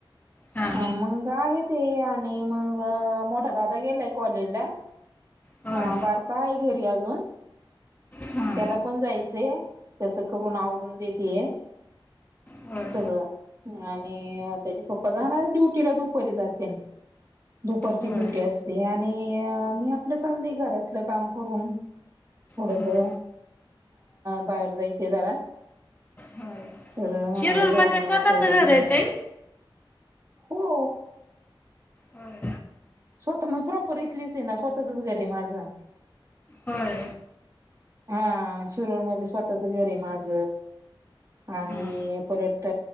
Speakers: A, on the left; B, on the right.
A: हां
B: आण मंग आहे ते आणि मग मोठा दादा येल कॉलेजला.
A: होय
B: हा बारका ये. ती आजून
A: हां
B: त्याला पण जायचंय त्याच करून आवरून देतेय
A: होय
B: सगळं आणि त्याचे पप्पा जाणार ड्यटीला दुपारी जातेन. दुपारची
A: होय
B: ड्युटी असते आणि अ मी आपलं घरातलं काम. करून पुढच
A: हां
B: अ बाहेर जायचे जरा.
A: हो
B: तर मनाला
A: शिरूरमध्ये
B: जाऊन यावं
A: स्वतःच
B: तेवढं
A: घरे
B: जुन्नर
A: ताई?
B: हो.
A: होय
B: स्वतः म प्रॉपर इथलीच हे ना स्वतःचच घर आहे माझं.
A: होय
B: हा शिरोर मध्ये स्वतःच घर हे माझ आणि
A: हा.
B: परत